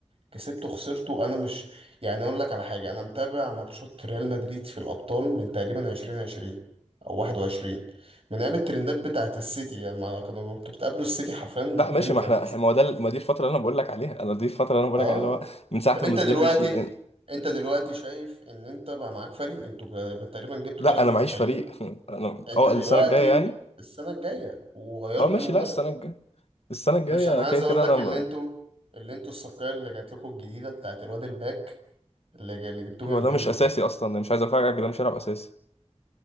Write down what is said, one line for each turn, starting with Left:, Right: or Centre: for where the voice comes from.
Right: كسبته خسرته انا مش يعني اقول لك على حاجه انا متابع ماتشات ريال مدريد في الابطال من تقريبا 2020 او 21 من ايام الترندات بتاعت السيتي لما كانوا كنت بتقابلوا السيتي حرفيا
Left: لا <laughs> ماشي
Right: اثنين وخميس
Left: ما احنا ما هو ده ما دي الفتره اللي انا بقول لك عليها انا دي الفتره اللي انا بقول
Right: اه
Left: لك عليها اللي هو من ساعه
Right: طب انت
Left: ما
Right: دلوقتي
Left: زيدان مشي إن-
Right: انت دلوقتي شايف ان انت بقى معاك فريق انتوا جا- تقريبا جبتوا
Left: لا
Right: ثلاث
Left: انا
Right: مدافعين
Left: معيش فريق <laughs> انا
Right: انت
Left: اه
Right: دلوقتي
Left: السنه الجايه يعني
Right: السنه الجايه وغيرت
Left: اه ماشي
Right: المدرب
Left: لا السنه الجايه السنه الجايه
Right: مش انا عايز
Left: كده
Right: اقول
Left: كده
Right: لك
Left: انا
Right: اللي
Left: م...
Right: انتوا اللي انتوا الصفقه اللي جات لكم الجديده بتاعت الواد الباك اللي, جا- اللي جبتوه
Left: هو
Right: من
Left: ده
Right: بنفيكا
Left: مش اساسي اصلا أنا مش عايز افاجئك ده مش هيلعب اساسي